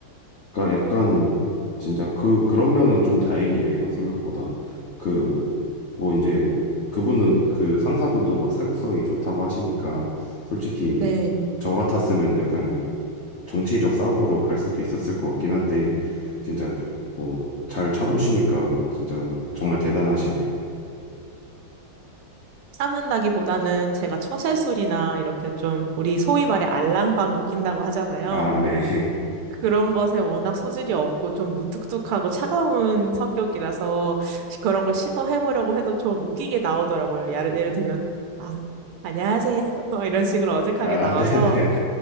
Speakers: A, on the left; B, on the right.
A: 그러니까 약간 진짜 그 그런 면은 좀 다행이네요. 생각보다 그 뭐 이제 그분은 그 상사분도 막 사교성이 좋다고 하시니까 솔직히
B: 네.
A: 저 같았으면 약간 정치적 싸움으로 갈 수도 있었을 것 같긴 한데 진짜 뭐 잘 참으시니까 진짜 정말 대단하시네요.
B: 참는다기보다는 제가 처세술이나 이렇게 좀 우리 소위 말해 알랑방구 낀다고 하잖아요.
A: 아, 네.
B: 그런 것에 워낙 소질이 없고 좀 무뚝뚝하고 차가운 성격이라서 그런 걸 시도해보려고 해도 좀 웃기게 나오더라고요. 예를, 예를 들면, 아, 안녕하세요. <laughs> 이런 식으로 어색하게
A: <laughs> 아,
B: 나와서
A: 네네네네.